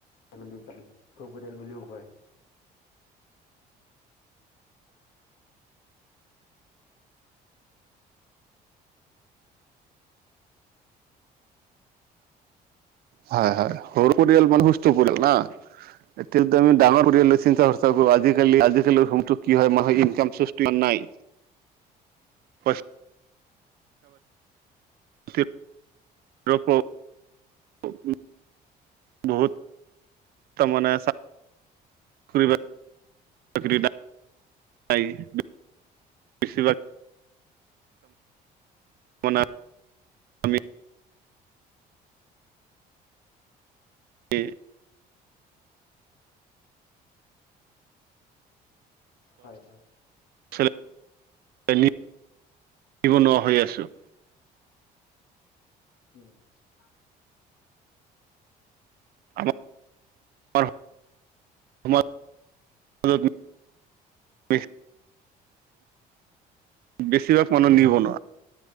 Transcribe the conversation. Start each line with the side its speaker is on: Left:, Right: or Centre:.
Left: <unintelligible> চৌ পৰিয়াল বুলিও কয়।
Right: হয়, হয় সৰু পৰিয়াল মানে সুস্থ পৰিয়াল না। এতিয়াটো আমি ডাঙৰ পৰিয়াললে চিন্তা আজিকালি-আজিকালি
Left: উম
Right: হোমটো কি হয় মাহৰ ইনকাম সৌৰ্চ তো ইমান নাই। পইচা পাতি <unintelligible> বহুত তাৰমানে <unintelligible> <unintelligible> তাৰমানে আমি <unintelligible>
Left: হয়, হয়।
Right: <unintelligible> নোৱাৰা হৈ আছো।
Left: উম। আ
Right: <unintelligible>
Left: উ
Right: আমাৰ <inaudible> বেছিভাগ মানুহ নিবনুৱা।